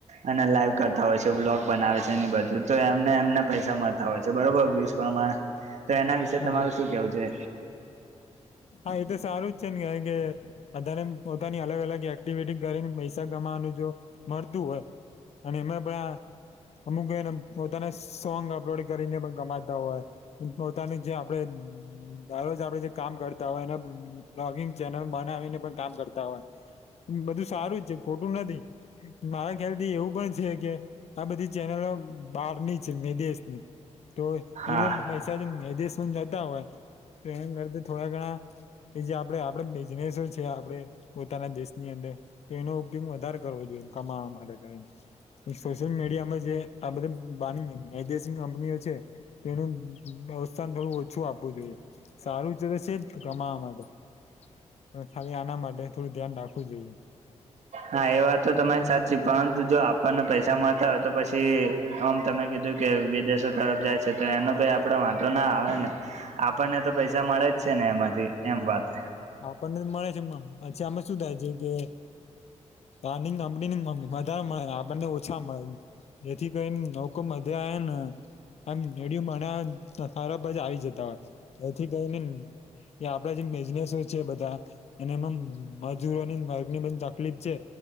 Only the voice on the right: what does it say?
અને લાઈવ કરતા હોય છે બ્લોગ બનાવે છે એની બધું તો એમને એમને પૈસા મળતા હોય છે બરોબર વ્યૂઝ પ્રમાણે તો એના વિશે
તમારું શું કેવું છે?
હા
હા એ વાત તો તમારી સાચી પરંતુ જો આપણને પૈસા મળતા હોય તો પછી આમ તમે કીધું કે વિદેશો તરફ જાય છે તો એનો કઈ આપડો વાંધો ના આવે ને આપણને તો પૈસા મળે જ છે ને એમાંથી એમ વાત થાય